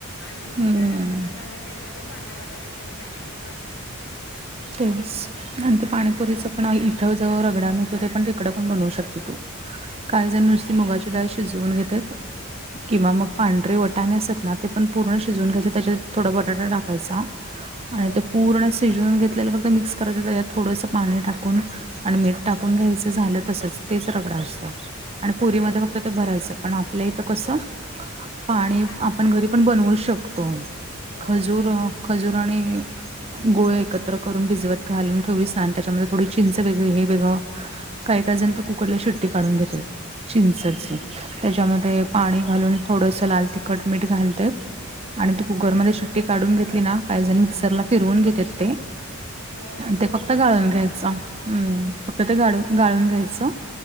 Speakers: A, on the left; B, on the right.
A: आणि
B: हम्म
A: बटाटा न घाल्याच्याऐवजी पांढरे बटाट थोडे मॅश करून घालणार.
B: तेच आणि ते पाणीपुरीच पण इथं जो रगडा मिळतो, ते पण तिकडं पण बनवू शकते तू. काही जण नुसती मुगाची डाळ शिजवून घेत्यात किंवा मग पांढरे वटाणे असतात ना, ते पण पूर्ण शिजवून घ्यायच, त्याच्यात थोडा बटाटा टाकायचा.
A: हो.
B: आणि ते पूर्ण शिजवून घेतलेलं फक्त मिक्स करायच, त्यात थोडंस पाणी टाकून आणि मीठ टाकून घ्यायचं, झालं तसच तेच रगडा असतं. आणि पुरीमध्ये फक्त ते भरायचं पण आपल्या इथं कसं पाणी
A: पाणीपुरीच
B: आपण घरी पण
A: भेटते.
B: बनवू शकतो
A: हो.
B: खजूर खजुर आणि गुळ एक एकत्र करून भिजवत घालून ठेवलिस ना त्याच्यामध्ये थोडी चिंच वेगळी हे वेगळं काही काही जण तर कुकरला शिट्टी काढून घेतात चिंचच त्याच्यामध्ये
A: अच्छा.
B: पाणी घालून थोडस लाल तिखट मीठ घालतत. आणि
A: हं.
B: ती कुकरमध्ये शीट्टी काढून घेतली ना काही जण मिक्सरला फिरवून घेत्यात ते
A: हो,
B: आणि
A: गोड
B: ते फक्त
A: पाणी
B: गाळून
A: होईल.
B: घ्यायचं हम्म
A: हं.
B: फक्त ते गाळु गाळून घ्यायचं.